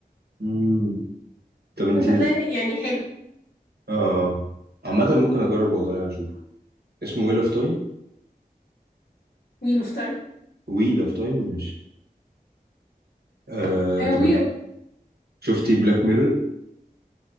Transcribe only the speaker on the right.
مم. طب انت
اه آه. عامة ممكن اجرب والله اشوف اسمه ويل اوف تايم
ويل اوف تايم ماشي آه
طب
شفتي بلاك ميرور؟